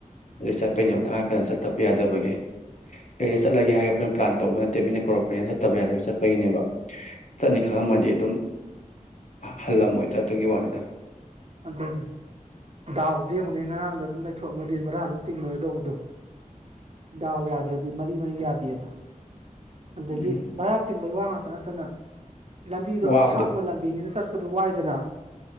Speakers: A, on the left; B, on the right.
A: ꯑꯗꯨ ꯆꯠꯄꯩꯅꯦꯕ ꯇꯉꯥꯏꯐꯗꯅ ꯆꯠꯇꯕ ꯌꯥꯗꯕꯒꯤ ꯀꯔꯤꯗ ꯆꯠꯂꯒꯦ ꯍꯥꯏꯔꯒ ꯑꯩꯈꯣꯏꯅ ꯄ꯭ꯂꯥꯟ ꯇꯧꯕ ꯅꯠꯇꯦ ꯃꯤꯅ ꯀꯧꯔꯛꯄꯅꯤꯅ ꯠꯇꯕ ꯌꯥꯗꯕ ꯆꯠꯄꯒꯤꯅꯦꯕ ꯆꯠꯅꯤ ꯈꯪꯉꯝꯃꯗꯤ ꯑꯗꯨꯝ ꯍꯜꯂꯝꯃꯣꯏ ꯆ ꯑꯗꯨꯒꯤ ꯋꯥꯅꯤꯗ
B: ꯑꯗꯨꯅꯤ ꯗꯥꯎꯗꯤ ꯌꯦꯡꯉꯨꯅꯦ ꯉꯔꯥꯡꯗꯣ ꯑꯗꯨꯝ ꯂꯩꯊꯣꯛꯑꯝꯃꯗꯤ ꯚꯔꯥꯁꯨ ꯇꯤꯡꯉꯔꯣꯏ ꯇꯧꯕꯗꯣ ꯗꯥꯎ ꯌꯥꯗ꯭ꯔꯗꯤ ꯃꯔꯤ ꯃꯔꯤ ꯌꯥꯗꯦ ꯑꯗꯣ ꯑꯗꯨꯗꯒꯤ
A: ꯎꯝ
B: ꯔ ꯍꯥꯇꯤꯟ ꯩ ꯋꯥ ꯇꯅꯥ ꯇꯅ ꯂꯝꯕꯤꯗꯣ
A: ꯋꯥꯕꯗꯣ
B: ꯑꯁꯥꯡꯕ ꯂꯝꯕꯤꯅꯤꯅ ꯆꯠꯄ ꯗꯨ ꯋꯥꯏꯗꯅ